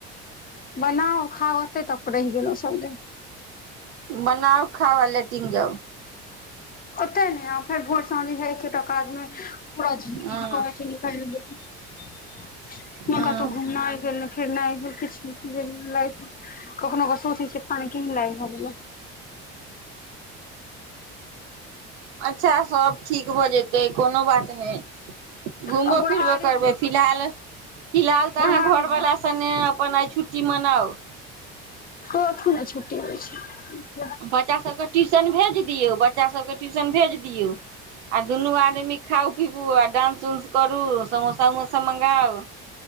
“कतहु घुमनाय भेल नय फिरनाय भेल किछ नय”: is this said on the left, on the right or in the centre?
Left